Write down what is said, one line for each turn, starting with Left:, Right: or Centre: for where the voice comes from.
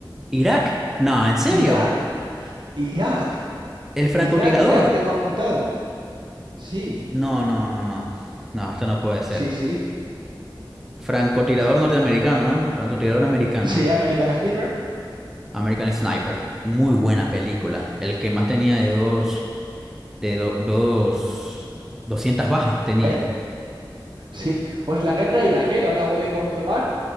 Centre: Irak. No, ¿en serio?
Right: Irak, Irak,
Centre: ¿El francotirador?
Right: Irak, Irak, tengo apuntado. Sí,
Centre: No, no, no, no. No, esto no puede ser.
Right: sí, sí.
Centre: Francotirador norteamericano, ¿no? Francotirador americano.
Right: Sí, American Sniper.
Centre: American Sniper. Muy buena película. El que más tenía de dos, de do- dos, 200 bajas tenía.
Right: Eh, sí, pues la guerra iraquí, lo acabo de comprobar.